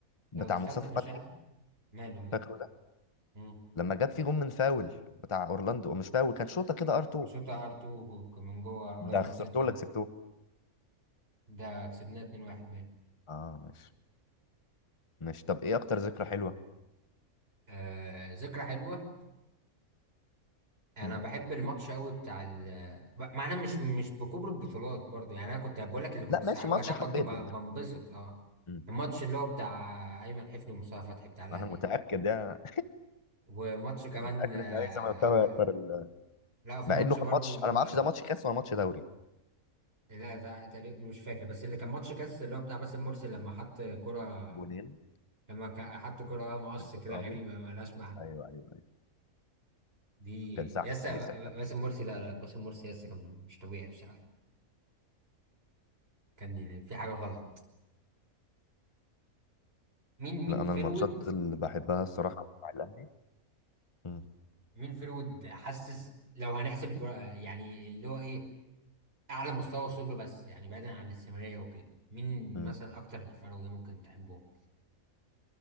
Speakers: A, on the left; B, on the right.
A: بتاع
B: لو دخلت
A: مصطفى
B: مشاعر
A: فتحي
B: ماله ده
A: فاكره
B: مم.
A: لما جاب فيه جون من فاول بتاع اورلاندو أو مش فاول كان شوطه كده ار 2
B: شوطة ار 2 من جوه قريب
A: ده
B: من
A: خسرته
B: 6
A: ولا
B: ار
A: كسبته
B: ده كسبناه 2-1 باين
A: اه ماشي ماشي طب ايه اكتر ذكرى حلوه
B: آه ذكرى حلوة انا
A: مم.
B: بحب الماتش قوي بتاع ال ب- مع انا مش مش بكبر البطولات برضو يعني انا كنت بقول لك اللي كنت
A: لا
B: سع...
A: ماشي
B: وقتها
A: ماتش
B: كنت
A: حبيته
B: ب-
A: يعني.
B: بنبسط اه
A: مم.
B: الماتش اللي هو بتاع ايمن حفني ومصطفى فتحي بتاع الاهلي
A: انا متاكد يعني
B: وماتش
A: <laughs>
B: كمان
A: أنا متاكد
B: آه،
A: ان اي زملكاوي هيختار ال-
B: لا في
A: مع
B: ماتش
A: انه كان
B: برضو
A: ماتش
B: اللي
A: انا
B: هو
A: ما اعرفش ده ماتش كاس ولا ماتش دوري
B: لا تع- تقريبا مش فاكر بس اللي كان ماتش كاس اللي هو بتاع باسم مرسي لما حط كرة
A: جونين
B: لما كا- حط كرة مقص
A: في
B: كده
A: اكرامي
B: غريبة ما لهاش معنى
A: ايوه ايوه ايوه
B: دي
A: كان سعد
B: ياسا
A: سمير ساعتها مدرب.
B: باسم مرسي لا لا باسم مرسي ياسا كان مش طبيعي بصراحة كان في حاجة غلط مين مين
A: لا
B: فيرود
A: انا الماتشات اللي بحبها الصراحه بتاع الاهلي مم.
B: مين فيرود حاسس لو هنحسب بر- يعني اللي هو ايه اعلى مستوى وصل له بس يعني بعيدا عن الاستمراريه وكده مين
A: مم.
B: مثلا اكتر فروضه ممكن تحبه